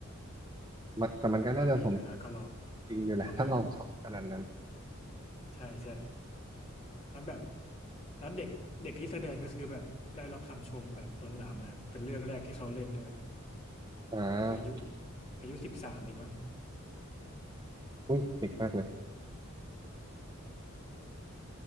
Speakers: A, on the right; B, on the left.
A: มันแต่มันก็น่าจะสม
B: ถ้ามีเวลาก็ลอง
A: จริงอยู่แหละถ้าเราชอบขนาดนั้น
B: ลองหาดู <laughs> ใช่ใช่แล้วแบบแล้วเด็กเด็กที่แสดงก็คือแบบได้รับคำชมแบบล้นหลามมากเป็นเรื่องแรกที่เขาเล่นด้วย
A: อ่
B: อายุ
A: า
B: อายุสิบสามเองมั้ง
A: อุ้ยเด็กมากเลย